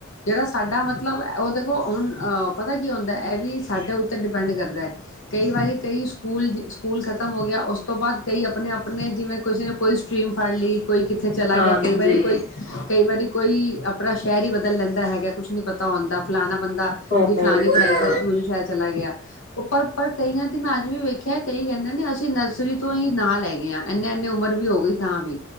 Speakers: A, on the left; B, on the left.
A: ਜਿਹੜਾ ਸਾਡਾ ਮਤਲਬ ਉਹ ਦੇਖੋ ਹੁਣ ਪਤਾ ਕੀ ਹੁੰਦਾ ਇਹ ਵੀ ਸਾਡੇ ਉੱਤੇ ਡਿਪੈਂਡ ਕਰਦਾ। ਕਈ ਵਾਰੀ ਕਈ ਸਕੂਲ ਜ ਸਕੂਲ ਖਤਮ ਹੋ ਗਿਆ। ਉਸ ਤੋਂ ਬਾਅਦ ਕਈ ਆਪਣੇ- ਆਪਣੇ ਜਿਵੇਂ ਕਿਸੇ ਨੇ ਕੋਈ ਸਟਰੀਮ ਫੜ ਲਈ ਕੋਈ ਕਿੱਥੇ ਚਲਾ
B: ਹਾਂਜੀ
A: ਗਿਆ। ਵਾਰੀ ਕੋਈ, ਕਈ ਵਾਰੀ ਕੋਈ ਆਪਣਾ ਸ਼ਹਿਰ ਹੀ ਬਦਲ ਲੈਂਦਾ ਹੈਗਾ ਕੁੱਛ ਨੀ ਪਤਾ ਹੁੰਦਾ। ਫਲਾਣਾ ਬੰਦਾ
B: ਹੋਰ
A: ਜੇ ਫਲਾਨ
B: ਕਿਆ
A: ਪੜ੍ਹਾਈ ਵਾਸਤੇ ਦੂਜੇ ਸ਼ਹਿਰ ਚਲਾ ਗਿਆ। ਉੱਪਰ, ਉਪਰ ਕਈਆਂ ਤੇ ਮੈਂ ਅੱਜ ਵੀ ਵੇਖਿਆ ਕਈ ਕਹਿੰਦੇ ਨੇ ਅਸੀਂ ਨਰਸਰੀ ਤੋਂ ਹੀ ਨਾ ਲੈ ਗਏ ਹਾਂ ਇੰਨੇ ਇਨੇ ਉਮਰ ਵੀ ਹੋ ਗਈ ਥਾਂ ਵੀ